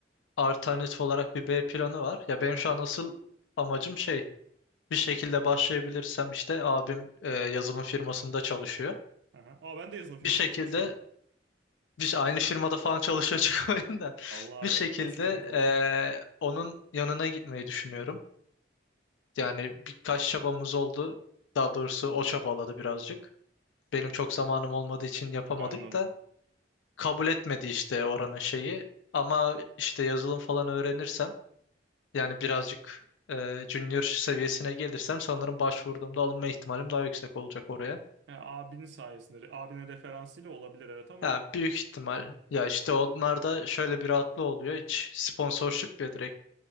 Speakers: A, on the left (about 85°); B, on the right (about 70°).
A: alternatif olarak bir B planı var. Ya benim
B: Hı
A: şu
B: hı.
A: an asıl amacım şey bir şekilde başlayabilirsem işte abim eee, yazılım firmasında çalışıyor.
B: Aha. Aa, ben de yazılım firmasında
A: Bir şekilde
B: çalışıyorum.
A: biz aynı firmada falan çalışıyor <laughs> çıkmayın da
B: Allah
A: bir şekilde
B: evet biraz komik olur.
A: eee, onun yanına gitmeyi düşünüyorum. Yani birkaç çabamız oldu. Daha doğrusu o çabaladı birazcık. Benim çok zamanım olmadığı için yapamadık
B: Anladım.
A: kabul etmedi işte oranın şeyi. Ama işte yazılım falan öğrenirsem yani birazcık e, junior seviyesine gelirsem sanırım başvurduğumda alınma ihtimalim daha yüksek olacak oraya.
B: Yani abinin sayesinde, abine referansıyla olabilir evet ama
A: Ya büyük ihtimal. Ya işte onlarda şöyle bir rahatlığı oluyor. Hiç sponsorship ya direkt.